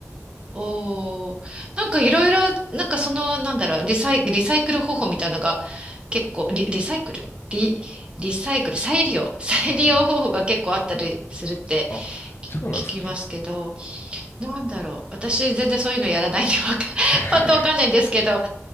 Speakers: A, on the right; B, on the left.
A: おー、なんかいろいろ、なんかその、なんだろう、リサイ、リサイクル方法みたいなのが結構、リ、リサイクルリ、リサイクル、再利用、<laughs> 再利用方法が結構あったりするって
B: うんうんうんあ、そうなんですね。
A: 聞きますけど、なんだろう、私全然そういうのやらないんでわか、<laughs>
B: <laughs>
A: パッとわかんないんですけど、